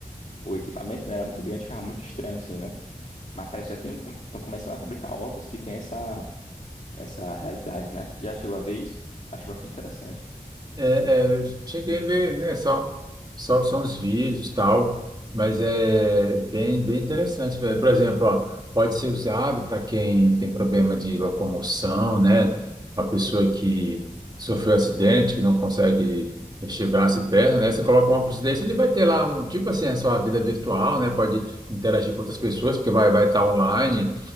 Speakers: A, on the left (about 55°); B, on the right (about 30°).
A: o equipamento né, era muito grande, ficava muito estranho assim, né? Mas parece que já tem estão começando a fabricar óculos que tem essa essa realidade, né? Tu Já chegou a ver isso? Acho bastante interessante.
B: É, é, eu cheguei a ver, né, só, só, só uns vídeos e tal, mas é bem, bem interessante, velho. Por exemplo, ó, pode ser usado para quem tem problema de locomoção, né? A pessoa que sofreu acidente, que não consegue mexer braço e perna, né? Você coloca um óculos desse, ele vai ter lá um, tipo assim, a sua vida virtual, né? Pode interagir com outras pessoas, porque vai, vai estar online,